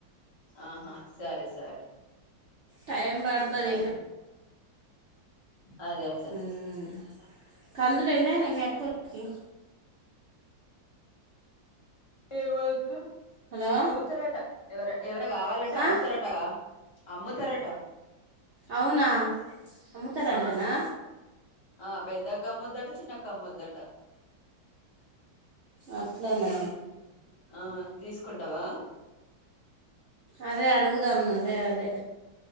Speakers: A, on the left; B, on the right.
A: ఆహా సరే సరే
B: టైం బడుతది
A: సరే
B: ఇంకా
A: అదే అదే
B: ఉమ్. కందులు ఎన్నయినయ్ మీ అక్కోళ్ళకి
A: ఏవక
B: హలో
A: ముత్తరాట ఎవ ఏవైనా గావాలంటే
B: ఆ
A: అమ్ముత్తరాటగా అమ్ముతరట
B: అవునా అమ్ముతార అంటేనా
A: ఆ ఆ పెద్దక్క మ్ముద్దట చిన్నక్క మ్ముద్దట
B: అట్లన
A: తీ ఆ తీసుకుంటావా
B: అదే అడుగుదాం అదే అదే